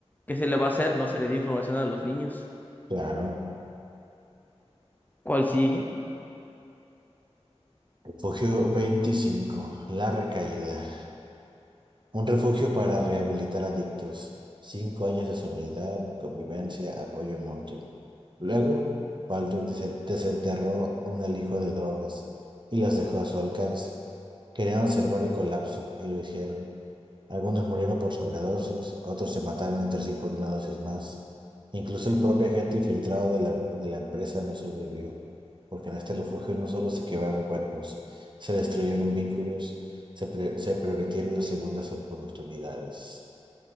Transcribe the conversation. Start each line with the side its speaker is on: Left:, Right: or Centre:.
Left: ¿qué se le va a hacer? No se le dio información a los niños.
Right: claro.
Left: ¿Cuál sigue?
Right: Refugio veinticinco. la recaída. Un refugio para rehabilitar adictos. Cinco años de sobriedad, convivencia, apoyo mutuo. Luego, Baldock des- desenterró un alijo de drogas y las dejó a su alcance. Querían observar el colapso y lo hicieron. Algunos murieron por sobredosis, otros se mataron entre sí por una dosis más. Incluso el propio agente infiltrado de la, de la empresa no sobrevivió, porque en este refugio no solo se quebraron cuerpos, se destruyeron vínculos, se, pre- se permitieron las segundas oportunidades.